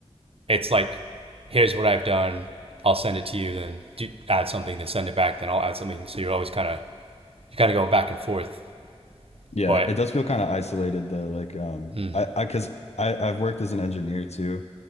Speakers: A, on the right; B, on the left.
A: It's like, here's what I've done. I'll send it to you. Then do, add something. Then send it back. Then I'll add something. So you're always kind of you kind of go back and forth.
B: Yeah,
A: But
B: it does feel kind of isolated though. Like, um,
A: mm,
B: I, I, cause I, I've worked as an engineer too.